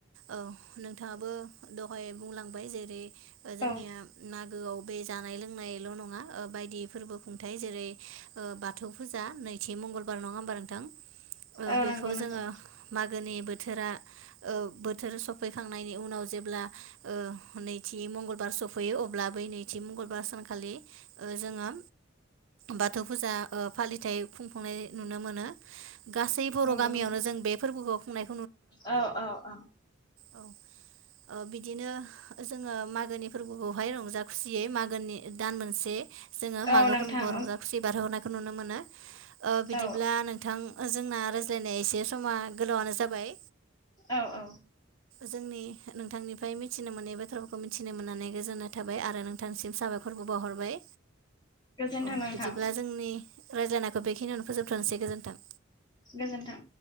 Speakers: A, on the right; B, on the left.
A: औ नोंथाङाबो दहाय बुंलांबाय जेरै ओ जोंनिया
B: औ
A: मागोआव बे जानाय लोंनायल' नङा ओ बायदि फोरबो खुंथाय जेरै ओ बाथौ फुजा आ नैथि मंगलबार नङा होनबा नोंथां ओ
B: औ
A: बेखौ
B: नंगौ नंगौ।
A: जोङो मागोनि बोथोरा ओ बोथोर सफैखांनायनि उनाव जेब्ला ओ नै थि मंगलबार सफैयो अब्ला बै नैथि मंगलबार सानखालि ओ जोङो बाथौ फुजा ओ फालिथाय खुंफुंनाय नुनो मोनो। गासै बर'
B: नंगौ
A: गामियावनो
B: नोंथां
A: जो बे फोरबोखौ खुंनाय
B: औ औ औ।
A: औ ओ बिदिनो जोङो मागोनि फोरबोखौहाय रंजा खुसियै मागोनि दान मोनसे जोङो मागो
B: औ नोंथां
A: फोरबोखौ रंजा खुसियै बारहो हरनाय खौ नुनो मोनो। ओ बिदिब्ला
B: औ
A: नोंथां जोंना रायज्लायनाया एसे समा गोलावानो जाबाय।
B: औ औ।
A: जोंनि नोंथांनिफ्राय मिथिनो मोनै बाथ्राफोरखौ मिथिनो मोननानै गोजोननाय थाबाय आरो नोंथांसिम साबायखरबो बावहरबाय‌।
B: गोजोनथों
A: औ
B: नोंथां
A: बिदिब्ला जोंनि रायज्लायनायखौ बेखिनियावनो फोजोबथ'नोसै गोजोन्थों।
B: गोजोन्थों।